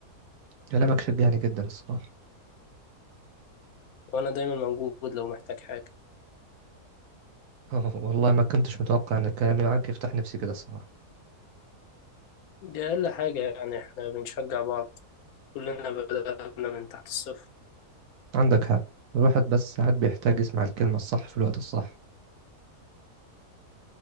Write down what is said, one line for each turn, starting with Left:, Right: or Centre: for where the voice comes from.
Right: كلامك شجعني جدا الصراحه
Left: وأنا دايما موجود لو محتاج حاجة
Right: <laughs> آه، والله ما كنتش متوقع ان كلامي معاك يفتح نفسي كده الصراحه
Left: دي أقل حاجة يعني إحنا بنشجع بعض كلنا بدأنا من تحت الصفر
Right: عندك حق الواحد بس ساعات بيحتاج يسمع الكلمه الصح في الوقت الصح